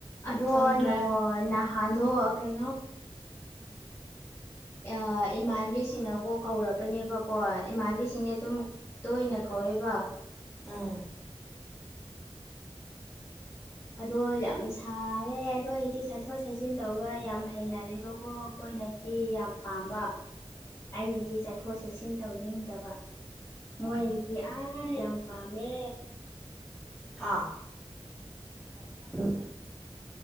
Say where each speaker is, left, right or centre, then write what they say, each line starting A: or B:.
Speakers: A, on the left; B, in the centre.
A: ꯑꯗꯣ
B: ꯈꯪꯗ꯭ꯔꯦ
A: ꯅꯣ ꯅꯍꯥꯟ ꯑꯗꯣ ꯀꯩꯅꯣ ꯏꯌꯥ ꯏꯃꯥꯟꯕꯤꯁꯤꯅꯀꯣ ꯀꯧꯔꯕꯅꯦꯕꯀꯣ ꯏꯃꯥꯟꯕꯤꯁꯤꯡꯅꯦ ꯑꯗꯨꯝ ꯇꯣꯏꯅ ꯀꯧꯋꯦꯕ
B: ꯎꯝ
A: ꯑꯗꯣ ꯌꯥꯝ ꯁꯥꯔꯦ ꯑꯗꯣ ꯑꯩꯗꯤ ꯆꯠꯊꯣꯛ ꯆꯠꯁꯤꯟ ꯇꯧꯕ ꯌꯥꯝ ꯍꯩꯅꯔꯦꯕꯀꯣ ꯑꯣꯏꯅꯗꯤ ꯌꯥꯝ ꯄꯥꯝꯕ ꯑꯩꯅꯒꯤ ꯆꯠꯊꯣꯛ ꯆꯠꯁꯤꯟ ꯇꯧꯅꯤꯡꯗꯕ ꯃꯣꯏꯟꯗꯤ ꯑꯥ ꯌꯥꯝ ꯄꯥꯝꯃꯦ
B: ꯍꯥꯥ
A: ꯑꯟꯑꯣꯗꯤꯕꯜ
B: ꯎꯝ